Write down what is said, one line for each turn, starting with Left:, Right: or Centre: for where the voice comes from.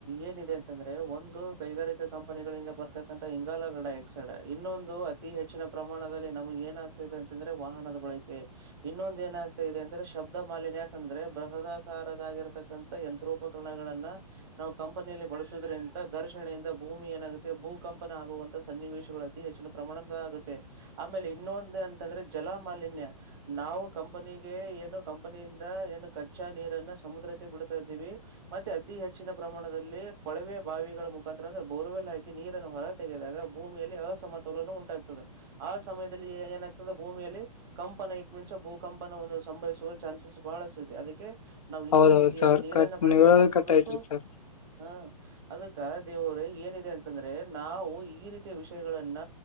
Right: ಏನಿದೆ ಅಂತಂದ್ರೆ ಒಂದ. <unintelligible> ತು ಕೈಗಾರಿಕಾ ಕಂಪನಿಗಳಿಂದ ಬರ್ತಕ್ಕಂತಥ ಇಂಗಾಲರ ಡೈ ಆಕ್ಸೈಡ್ ಇನ್ನೊಂದು ಅತಿ ಹೆಚ್ಚಿನ ಪ್ರಮಾಣದಲ್ಲಿ ನಮಗೆ ಏನಾಗಗ್ತಾದೆ ಅಂತಂದ್ರೆ ವಾಹನದ ಬಳಕೆ ಇನ್ನೊಂದ ಏನಾಗ್ತಾ ಇದೆ ಅಂದ್ರೆ ಶಬ್ದ ಮಾಲಿನ್ಯ ಯಾಕಂದ್ರೆ ಬೃಹದಾಕಾರದಾಗಿರತ ಯಂತ್ರೋಪಕರಣಗಳನ್ನ ನಾವು ಕಂಪನಿಯಲ್ಲಿ ಬಳಸುದ್ರಿಂದ ಘರ್ಷಣೆಯಿಂದ ಭೂಮಿ ಏನಾಗುತ್ತೆ ಭೂಕಂಪನ ಆಗುವಂತ ಸನ್ನಿವೇಶಗಳು ಅತಿ ಹೆಚ್ಚಿನ ಪ್ರಮಾಣದ ಆಗುತ್ತೆ ಆಮೇಲೆ ಇನ್ನೊಂದು ಅಂತಂದ್ರೆ ಜಲ ಮಾಾಲನ್ಯ ನಾವು ಕಂಪನಿಗೆ ಏನು ಕಂಪನಿಯಿಂದ ಏನು ಕಚ್ಚಾ ನೀರನ್ನ ಸಮುದ್ರಕ್ಕೆ. ಬಿಡ್ತಾ ಇದೀವಿ ಮತ್ತೆ ಅತಿ ಹೆಚ್ಚಿನ ಪ್ರಮಾಣದಲ್ಲಿ ಕೊಳವೆ ಬಾವಿಗಳ ಮುಖಾರ ಅಂದ್ರೆ ಬೋರ್ವೆಲ್ ಹಾಕಿ ನೀರನ್ನು ಹೊರ ತೆಗೆದಾಗ ಭೂಮಿಯಲ್ಲಿ ಅಸಮತೋಲನ ಉಂಟಾಗ್ತದೆ ಆ ಸಮಯದಲ್ಲಿ ಏನಾಗ್ತದೆ ಭೂಮಿಯಲ್ಲಿ ಕಂಪನ ಇಟ್ ಮೀನ್ಸ್ ಭೂಕಂಪನ ಒಂದು ಸಂಭರಿಸುವ ಚಾನ್ಸಸ್ ಬಹಳಿದೆ ಅದಕ್ಕೆ. ಇತಿ
Left: ಹೌದೌದು
Right: ಮಿತಿಯಲ್ಲಿ
Left: ಸರ್
Right: ನೀರನ್ನು
Left: ಕಟ್
Right: ಬಳಕೆ
Left: ನೀವ್ ಹೇಳೋದು
Right: ಮಾಡ್ಕೋಬೇಕು
Left: ಕಟ್ ಐತ್ರಿ ಸರ್
Right: ಹ ಅದಕ್ಕ ದೇವರು ಏನಿದೆ ಅಂತಂದ್ರೆ ನಾವು ಈ ರೀತಿಯ ವಿಷಯಗಳನ್ನ